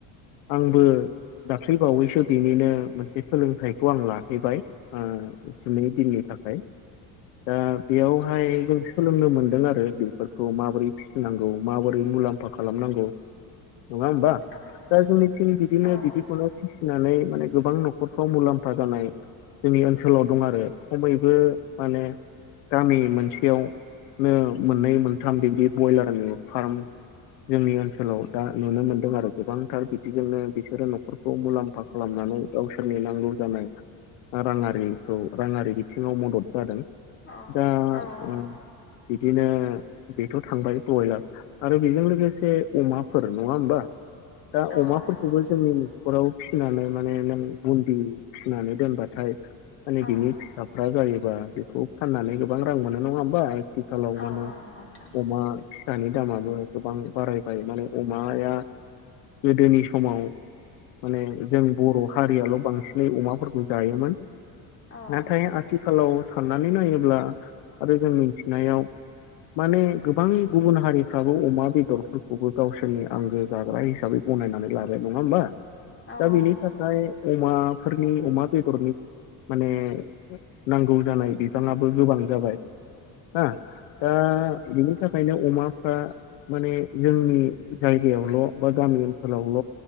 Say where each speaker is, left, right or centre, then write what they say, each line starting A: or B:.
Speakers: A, on the left; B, on the left.
A: आंबो दाख्लै बावैसो बिनिनो मोनसे सोलोंथाइखौ आं लाहैबाय ओ सिनै दिननि थाखाय दा हाय जों सोलोंनो मोनदों आरो बेफोरखौ माबोरै फिसिनांगौ माबोरै मुलाम्फा खालामनांगौ नङा होमबा
B: औ
A: दा जोंनि टिम बिदिनो
B: औ
A: बिदि खौनो फिसिनानै माने गोबां नखरफ्राव मुलाम्फा जानाय जोंनि ओनसोलाव दं आरो खमैबो माने गामि मोनसेयावनो मोननै मोनथाम बिब्दि बयलारनि फार्म जोंनि ओनसोलाव दा नुनो मोनदों आरो गोबांथार बिदिजोंनो बिसोरो नखर मुलाम्फा खालामनानै गाव सोरनि नांगौ जानाय राङारिखौ राङारि बिथिङाव मदद जादों
B: औ
A: दा
B: - औ
A: ओ बिदिनो बेथ थांबाय बयलार आरो बेजों लोगोसे अमाफोर नङा होमबा दा
B: औ
A: अमाफोरखौबो
B: नंगौ
A: जोंनि नखराव फिसिनानै माने नों बुन्दि फिसिनानै दोनबाथाय माने
B: औ
A: बिनि फिसा जायोबा बेखौ फाननानै गोबां रां मोनो नङा हबा आथिखालाव
B: औ
A: माने
B: नंगौ नोंथां
A: अमा फिसानि दामाबो गोबां बारायबाय माने अमाया गोदोनि समाव माने जों बर' हारियाल बांसिनै अमाफोरखौ जायोमोन
B: औ
A: नाथाय आथिखालाव साननानै नायोब्ला आरो जों मिथिनायाव माने गोबां गुबुन हारिफ्राबो अमा बेदरफोरखौबो गावसोरनि आंगो जाग्रा हिसाबै गनायनानै लाबाय नङा होमबा
B: औ
A: दा
B: औ
A: बिनि
B: नंगौ
A: थाखाय अमाफोरनि अमा बेदरनि माने नांगौ जानाय बिफाङाबो गोबां जाबाय ओ दा बिनि थाखायनो अमाफ्रा माने जोंनि जायगायावल बा गामि ओनसोलावल